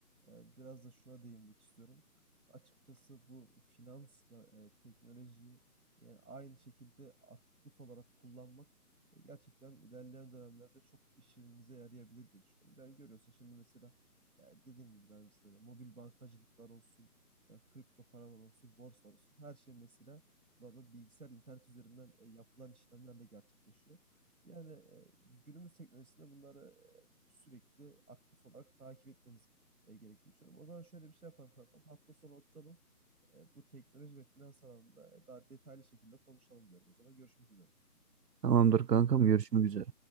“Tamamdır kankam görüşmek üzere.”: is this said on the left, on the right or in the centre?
Right